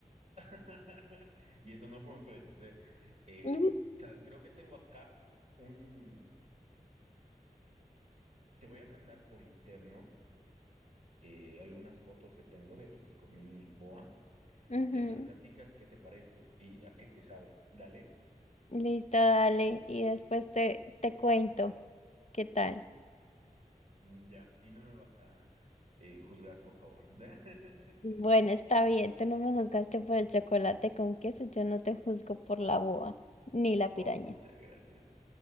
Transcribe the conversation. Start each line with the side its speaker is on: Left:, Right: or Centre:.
Right: <laughs> y eso no fue un sueño, ¿sí? Eh,
Left: Ujú.
Right: sabes, creo que tengo acá un, te voy a mandar por interno eh, algunas fotos que tengo de lo que comí boa
Left: Ujú.
Right: y ahí me platicas qué te parece y a qué te sabe. Dale.
Left: Listo, dale. Y después te, te cuento qué tal.
Right: Mm, Ya, y no me vas a eh, juzgar, por favor. <laughs>
Left: Bueno, está bien, tú no me juzgaste por el chocolate con queso, yo no te juzgo por la boa, ni la
Right: Oh,
Left: piraña.
Right: muchas gracias.